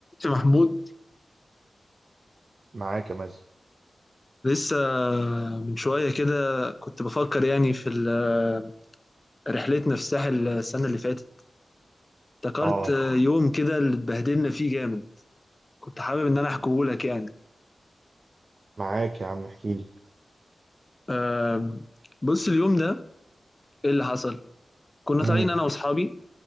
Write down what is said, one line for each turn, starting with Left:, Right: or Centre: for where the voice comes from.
Left: يا محمود
Right: معاك يا مازن
Left: لسه من شوية كده كنت بفكر يعني في ال- رحلتنا في الساحل السنة اللي فاتت افتكرت
Right: اه
Left: يوم كده اللي اتبهدلنا فيه جامد كنت حابب إن أنا أحكيهولك يعني
Right: معاك يا عم احكي لي
Left: أم، بص اليوم ده إيه اللي حصل كنا
Right: امم
Left: طالعين أنا وأصحابي